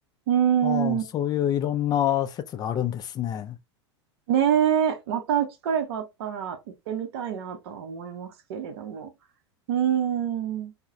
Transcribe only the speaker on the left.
ああ、そういういろんな説があるんですね。